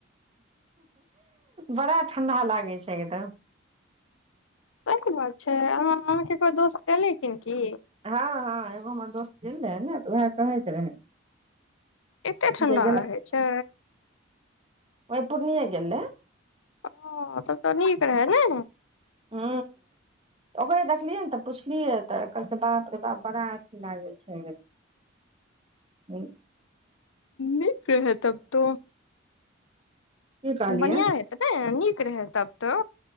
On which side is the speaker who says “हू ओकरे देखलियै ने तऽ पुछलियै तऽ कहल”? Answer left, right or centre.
Right